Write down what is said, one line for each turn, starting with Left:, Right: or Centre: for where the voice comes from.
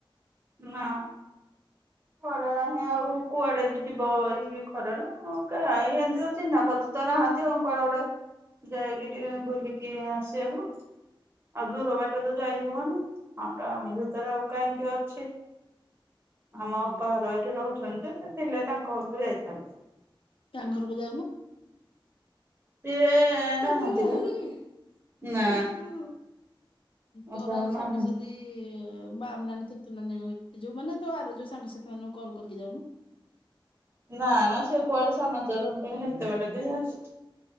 Right: ନାଁ କୁଆଡେ ନାହିଁ ଆଉ କୁଆଡେ ବି ଯିବ ଏଇ ଖରାରେ ଉଁ କାଇଁ ହେମତି ତ ଚିହ୍ନାପରିଚତ ନାହାଁନ୍ତି ଆଉ କୁଆଡେ ଗୋଟେ ଯାଇକି ବୁଲିକି ଆସିବାକୁ ଆଉ ଦୂର ବାଟ ତ ଯାଇ ହବନି। ଆଉ ଟାଉନ ଭିତରେ ଆଉ କାଇଁ କିଏ ଅଛି?
Left: ହୁଁ
Right: ଆମ ଅପା ଘର ଏଇଠି ରହୁଛନ୍ତି ସେ ଥିଲେ ତାଙ୍କ ଘରକୁ ଯାଇଥାନ୍ତି।
Left: ତାଙ୍କ ଘରକୁ ଯାଉନ?
Right: ସିଏ
Left: ତାଙ୍କର
Right: ନାହାନ୍ତି
Left: ନାଁହାନ୍ତି
Right: ବା।
Left: କି?
Right: ନା।
Left: ଓହୋ
Right: ଅପା
Left: ତୋର
Right: ଘର
Left: ଆଉ ସାଙ୍ଗ
Right: ନାହାନ୍ତି
Left: ସାଥି ଇ ବାମ ନାନୀ ତୁତୁ ନାନୀ ଯୋଉ ମାନେ ତୋ ଆର ଯୋଉ ସାଙ୍ଗସାଥି ମାନଙ୍କୁ କଲ କରିକି ଯାଉନୁ!
Right: ନା ନା ସେ କୁଆଡେ ସାନଚରଣ ପୁର ହେତେବାଟ କିଏ ଜାଉଛି।